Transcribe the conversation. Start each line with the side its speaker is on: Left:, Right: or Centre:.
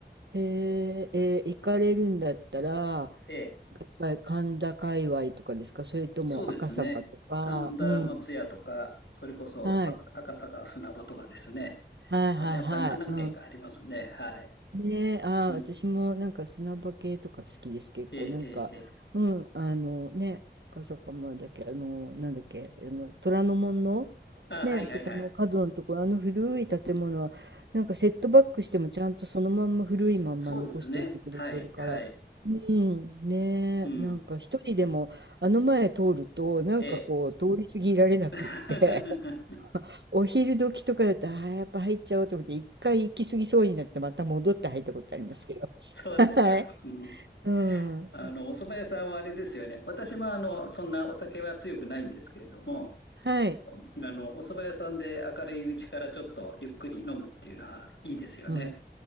Right: へえ、えー行かれるんだったら、や
Left: ええ
Right: っぱり神田界隈とかですかそれとも赤坂とか。
Left: そうですね。神田松屋とか、
Right: うん。
Left: それこそあ赤坂砂場とかですね。
Right: はい。はいはいはい。
Left: あやっぱり何軒かありますね。
Right: うん。
Left: はい。
Right: ねえ、ああ、
Left: うん。
Right: 私もなんか砂場系とか好きです、結構。
Left: ええ、
Right: なんか、
Left: ええ、ええ。
Right: うん、あのね、赤坂まだっけ、あの、なんだっけ、あの、虎ノ門の、
Left: あ、
Right: ね、
Left: はいはいはい。
Right: あそこの角のところ、あの古い建物は、なんかセットバックしてもちゃんとそのまんま古いまんま残しておいてくれてるから、
Left: そうですね。はい、はい。
Right: うん、ねえ、
Left: うん。
Right: なんか一人でもあの前通ると、なんかこう、
Left: ええ。
Right: 通り過ぎられなくって
Left: <laughs>
Right: お昼時とかだとああ、やっぱ入っちゃおうと思って、一回行き過ぎそうになって、また戻って入ったことありますけど。
Left: そうですか。
Right: <laughs> はい。
Left: うん。
Right: うん。
Left: あの、お蕎麦屋さんはあれですよね。私もあの、そんなお酒は強くないんですけれども、
Right: はい。
Left: あの、お蕎麦屋さんで明るいうちからちょっとゆっくり飲むっていうのはいいですよね。
Right: うん。